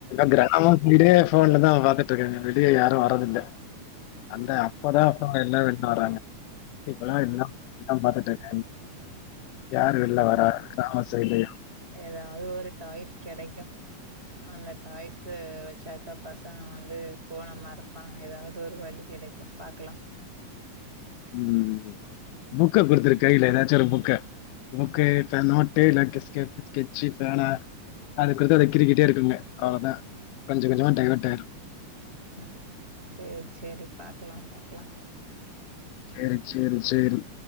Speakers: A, on the left (about 85°); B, on the right (about 20°).
A: கிராமத்திலே ஃபோன்லதா பாத்துட்ருக்கங்க வெளிய யாரு வர்றதில்ல அந்த அப்போதா ஃபோன் இல்ல வெள்ல வராங்க இப்பல்லா இதா இதா பாத்துட்ருக்கே யார் வெளில வரா கிராம சைட்ல
B: எதாவுது ஒரு டாய்ஸ் கெடைக்கு அந்த டாய்ஸு வெச்சாக்கா பசங்க வந்து ஃபோன மறப்பாங்க எதாவுது ஒரு வழி கெடைக்கு பாக்கலா
A: ம் புக்க குடுத்துரு கைல எதாச்சு ஒரு புக்க புக்கு ப நோட்டு இல்லாட்டி ஸ்க ஸ்கெச்சு பேனா அத குடுத்தா அத கிறுக்கிட்டே இருக்குங்க அவ்வளோதான். கொஞ்சம் கொஞ்சமா டைவர்ட் ஆயிரும்.
B: ம் சேரி சேரி பாக்கலா பாக்கலா
A: சேரி சேரி சேரி